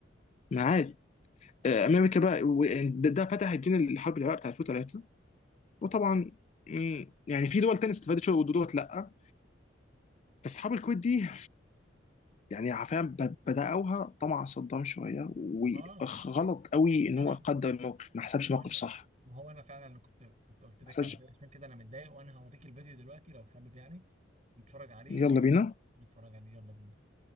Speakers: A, on the left (about 35°); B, on the right (about 40°).
A: معاد آه، امريكا بقى و- ده ده فتح الدين الحرب العراق بتاع 2003 وطبعا مم، يعني في دول تانية استفادت شويه ودول لا بس حرب الكويت دي يعني فعلا ب- بدأوها طمع صدام شويه وغلط
B: ما هو
A: قوي ان
B: انا
A: هو قدر الموقف ما حسبش
B: ما
A: موقف
B: هو انا
A: صح
B: ما هو انا فعلا كنت كنت قلت لك
A: ما حسبش
B: على كده عشان كده انا متضايق وانا هوريك الفيديو دلوقتي لو حابب يعني نتفرج عليه
A: يلا بينا
B: نتفرج عليه يلا بينا